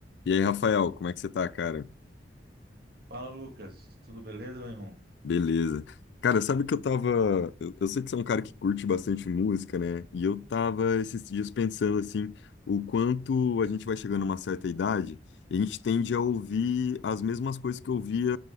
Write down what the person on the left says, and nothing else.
E aí, Rafael, como é que você tá, cara?
Beleza. Cara, sabe que eu tava. Eu, eu sei que você é um cara que curte bastante música, né? E eu tava esses dias pensando, assim, o quanto a gente vai chegando a uma certa idade e a gente tende a ouvir as mesmas coisas que eu ouvia